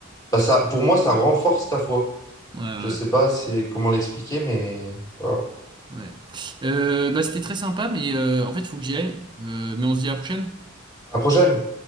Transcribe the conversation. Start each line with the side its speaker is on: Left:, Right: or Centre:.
Left: Bah ça, pour moi, ça renforce ta foi.
Right: ouais, ouais,
Left: Je sais pas c'est comment l'expliquer, mais voilà.
Right: ouais. Euh, bah, c'était très sympa, mais euh, en fait, il faut que j'y aille. Euh, mais on se dit à la prochaine.
Left: À la prochaine!